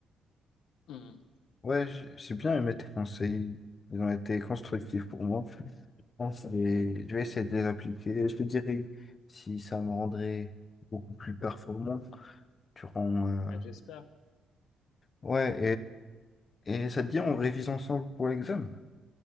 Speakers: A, on the left; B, on the left.
A: Voilà.
B: Ouais, j- j'ai bien aimé tes conseils, ils ont été constructifs pour moi. Je pense que Je vais essayer de les appliquer. Je te dirai si ça me rendrait beaucoup plus performant durant. euh,
A: Ah, j'espère.
B: Ouais, et, et ça te dit, on révise ensemble pour l'examen.